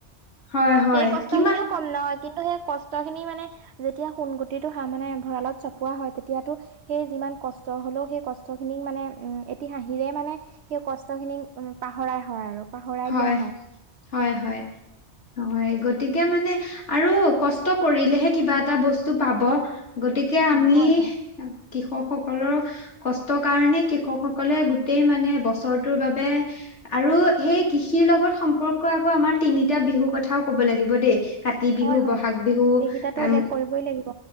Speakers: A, on the left; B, on the right.
A: হয়, হয়,
B: সেই কষ্টখিনিও
A: কিমান
B: কম নহয়, কিন্তু সেই কষ্টখিনি মানে যেতিয়া সোণ গুটিটো হা, মানে ভঁৰালত চপোৱা হয় তেতিয়াতো সেই যিমান কষ্ট হ'লেও সেই কষ্টখিনিক মানে উম, এটি হাঁহিৰে মানে সেই কষ্টখিনি উ, পাহৰাই হয় আৰু। পাহৰাই
A: হয়,
B: দিয়া
A: হয় হয়। হয়, গতিকে মানে আৰু কষ্ট কৰিলেহে কিবা এটা বস্তু পাব। গতিকে
B: উম
A: আমি
B: হয় হয়
A: কৃষকসকলৰ কষ্টৰ কাৰণেই কৃষকসকলে গোটেই মানে বছৰটোৰ বাবে আৰু সেই কৃষিৰ লগত সম্পৰ্ক আকৌ আমাৰ তিনিটা বিহু কথাও ক'ব লাগিব দেই। কা তি
B: হয়
A: বিহু,
B: হয়
A: বহাগ বিহু
B: সেইকেইটাতো
A: <unintelligible>
B: উল্লেখ কৰিবই লাগিব